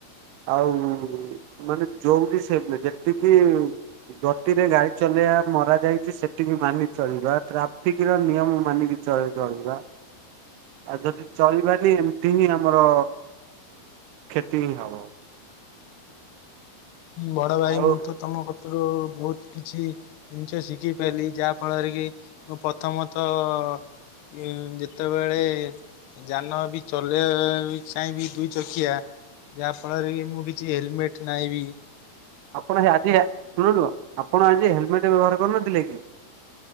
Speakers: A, on the right; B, on the left.
A: ଆଉ ମାନେ ଯୋଉଠି ସେ ଯେତିକି ଗତିରେ ଗାଡି ଚଲେଇବା ମରା ଯାଇଛି ସେତିକି ମାନି ଚଳିବା ଟ୍ରାଫିକର ନିୟମ ମାନିକି ଚଳେ ଚଳିବା ଆଉ ଯଦି ଚଳିବାନି ଏମିତି ହିଁ ଆମର କ୍ଷତି ହିଁ ହବ।
B: ବଡ଼ ଭାଇ
A: ଆଉ
B: ମୁଁ ତ ତମ କତରୁ ବହୁତ କିଛି ନିଜେ ଶିଖିଥିଲି ଯାହାଫଳରେ କି ମୁଁ ପ୍ରଥମତଃ ଉ ଯେତେବେଳେ ଯାନ ବି ଚଲେଇବା ବି ଚାହିଁବି ଦୁଇ ଚକିଆ ଯାହାଫଳରେ କି ମୁଁ କିଛି ହେଲମେଟ୍ ନାଇବି
A: ଆପଣ ହେ ଆଜି ଶୁଣ ଶୁଣ ଆପଣ ଆଜି ହେଲମେଟ ବ୍ୟବହାର କରୁନଥିଲେ କି?